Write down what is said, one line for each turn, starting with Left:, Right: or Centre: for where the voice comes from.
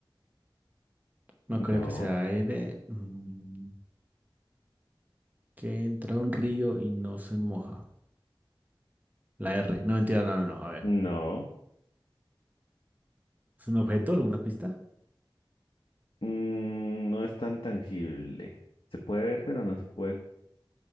Right: no creo
Left: No,
Right: que sea aire. Mm, que entra a un río y no se moja. La R, no mentira, no, no, no. A ver,
Left: no,
Right: ¿es un objeto, alguna pista?
Left: Mm, no es tan tangible. Se puede ver, pero no se puede, o